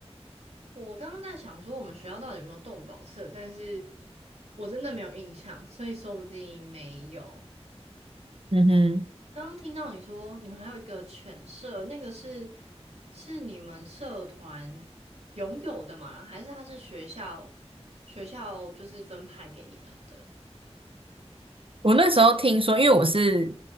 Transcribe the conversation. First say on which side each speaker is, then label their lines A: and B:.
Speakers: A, on the right (about 75°); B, on the right (about 55°).
A: 我刚刚在想说我们学校到底有没有动保社，但是我真的没有印象，所以说不定没有。
B: 嗯哼。
A: 刚刚听到你说你们还有一个犬舍，那个是是你们社团拥有的吗？还是它是学校学校就是分派给你们的？
B: 我那时候听说，因为我是